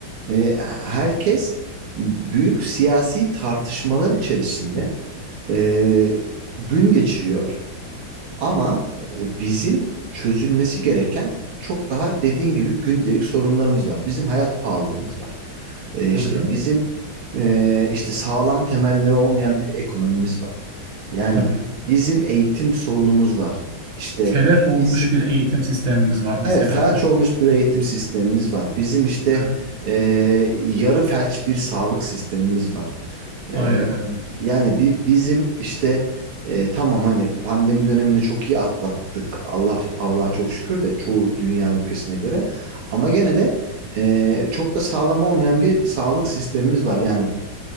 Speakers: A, on the right; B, on the right.
A: e, herkes büyük siyasi tartışmalar içerisinde e, gün geçiriyor. Ama e, bizim çözülmesi gereken çok daha dediğin gibi gündelik sorunlarımız var. Bizim hayat pahalılığımız var. E,
B: Tabii
A: işte
B: canım.
A: bizim e, işte sağlam temelleri olmayan bir ekonomimiz var. Yani
B: Tabii.
A: bizim eğitim sorunumuz var. İşte
B: telef olmuş
A: bizim
B: bir eğitim sistemimiz var mesela.
A: evet felç
B: <laughs>
A: olmuş bir eğitim sistemimiz var. Bizim işte
B: Evet,
A: e, yarı felç bir sağlık sistemimiz var.
B: aynen
A: Ee,
B: öyle.
A: yani bi- bizim işte e, tamam hani pandemi dönemini çok iyi atlattık. Allah Allah'a çok şükür de çoğu dünya ülkesine göre. Ama gene de e, çok da sağlam olmayan bir sağlık sistemimiz var. Yani